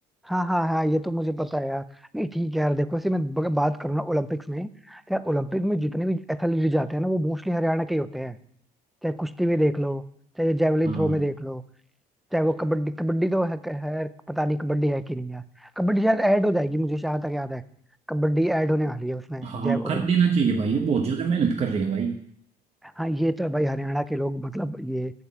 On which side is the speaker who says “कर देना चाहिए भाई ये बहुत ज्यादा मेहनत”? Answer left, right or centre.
Right